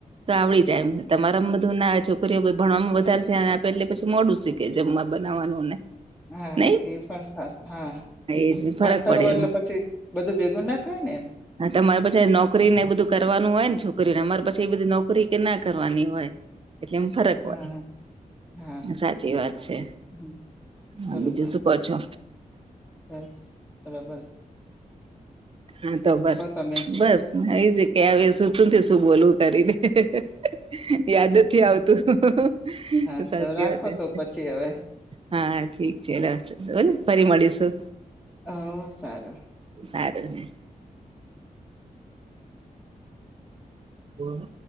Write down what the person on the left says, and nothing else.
હા
એ પણ હા
સરવ
એટલે
પછી બધું ભેગું ના થાય ને એમ
હા
હા હા
હમ,
બરોબર
બસ બરાબર
તમે
હા
તો રાખો
તો
પછી હવે
હહ સારું